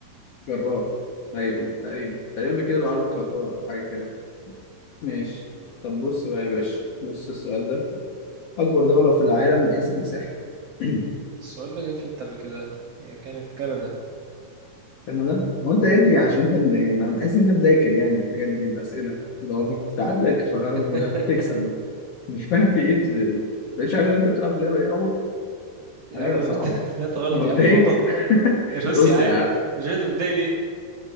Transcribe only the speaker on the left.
جرار أيوه تقريبا تقريبا كده بيبقى عارف كرار أو حاجة كده ماشي طب بص بقى يا باشا بص السؤال ده أكبر دولة في العالم من حيث المساحة <clears throat>
تمام هو أنت يا ابني عشان أنت من- يعني أنا بحس إن أنت مذاكر يعني الحاجات دي الأسئلة لو بتتعادلك
هتكسب بقى مش فاهم في إيه ت- مش عارف إن أنت بتلعب اللعبة دي يا عمر
حاجة
صعبة
مبدئيا
<laughs>
روسيا